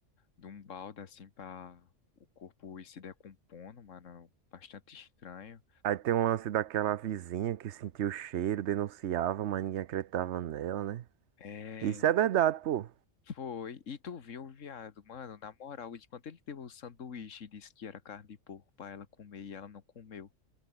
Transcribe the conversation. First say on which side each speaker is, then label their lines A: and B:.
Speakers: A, on the left; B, on the right.
A: de um balde, assim, pra o corpo ir se decompondo, mano. Bastante estranho.
B: Aí tem um lance daquela vizinha que sentiu o cheiro, denunciava, mas ninguém acreditava nela, né?
A: É,
B: Isso é verdade, pô.
A: foi. E tu viu o viado, mano, na moral, de quando ele deu o sanduíche e disse que era carne de porco pra ela comer e ela não comeu.